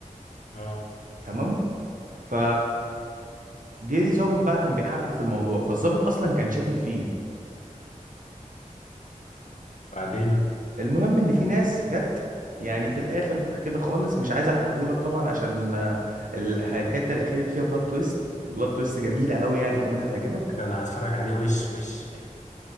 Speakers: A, on the left; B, on the right.
A: اه
B: تمام ف جه ظابط بقى كان بيحقق في الموضوع فالظابط اصلا كان شاكك فيه
A: بعدين
B: المهم ان في ناس جت يعني في الاخر بقى كده خالص مش عايز احرقهولك طبعا عشان آه، الح- الحته الاخيره دي فيها بلوت تويست بلوت تويست جميله قوي يعني كمان هتعجبك
A: ده انا هتفرج عليه وش وش احكي